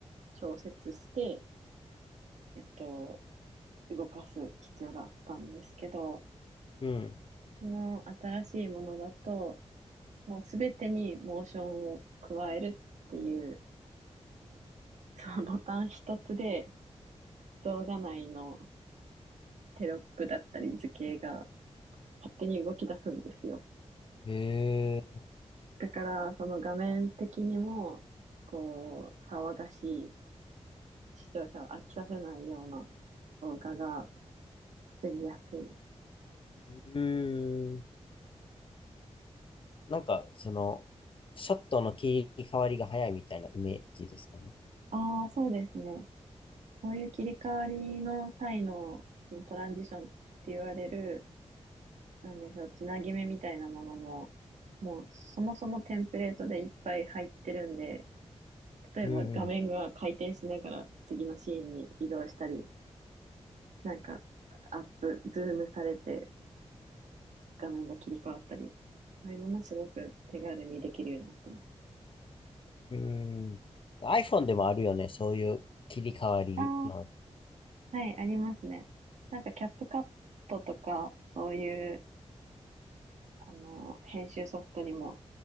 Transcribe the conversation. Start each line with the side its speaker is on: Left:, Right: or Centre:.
Right: 調節して、えっと、動かす必要があったんですけど、
Left: うん。
Right: その新しいものだと、もうすべてにモーションを加えるっていう、そのボタン一つで動画内のテロップだったり図形が勝手に動き出すんですよ。
Left: へえ。
Right: だから、その画面的にも、こう、騒がしい視聴者を飽きさせないような動画が作りやすい。
Left: うーん。なんか、その、ショットの切り替わりが早いみたいなイメージですかね。
Right: ああ、そうですね。そういう切り替わりの際のトランジションって言われる、なんでしょう、つなぎ目みたいなものも、もうそもそもテンプレートでいっぱい入ってるんで、例えば画面が回転しながら次のシーンに移動したり、
Left: うん、うん、
Right: なんかアップ、ズームされて画面が切り替わったり、そういうのもすごく手軽にできるようになってます。
Left: うん、うん。iPhone でもあるよね、そういう切り替わりの
Right: ああはい、ありますね。なんか、キャップカットとか、そういう、あの、編集ソフトにも